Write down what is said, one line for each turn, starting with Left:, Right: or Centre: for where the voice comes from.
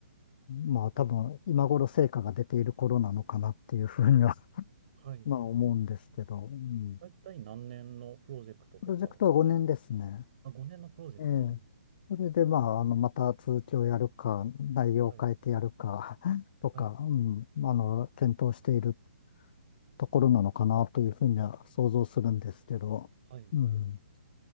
Left: まあ多分今頃成果が出ている頃なのかなっていうふうには、
Right: はい。
Left: まあ思うんですけど、うん、
Right: 大体何年のプロジェクトとか、
Left: プロジェクトは5年ですね。
Right: あ、5年のプロジェクトは、
Left: ええ。それで、まあ、あの、また続きをやるか、内容を変えてやるか、
Right: はい、
Left: <laughs> とか、
Right: はい、
Left: うん、あの、検討しているところなのかなというふうには想像するんですけど、
Right: はい。
Left: うん。